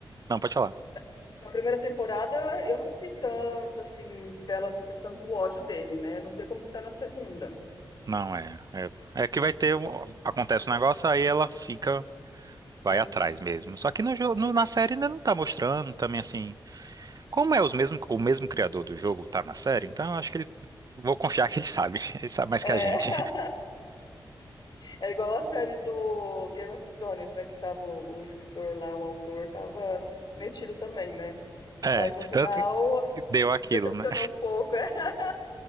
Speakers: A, on the right; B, on the left.
A: não, pode falar.
B: na, na primeira temporada eu não vi tanto, assim, dela ter tanto ódio dele, né? Não sei como que tá na segunda.
A: Não, é, é. É que vai ter. um- Acontece um negócio, aí ela fica. Vai
B: Uhum.
A: atrás mesmo. Só que no, jo- no- na série ainda não tá mostrando também assim. Como é os mesmo, o mesmo criador do jogo tá na série, então eu acho que ele. Vou confiar que ele sabe. <laughs> Ele sabe mais
B: É,
A: que a gente.
B: <laughs> É igual a série do Game of Thrones, né? Que tava o, o escritor lá, o autor, tava metido também, né?
A: É.
B: Mas no final
A: Tanto que deu aquilo,
B: decepcionou
A: né?
B: um pouco. <laughs>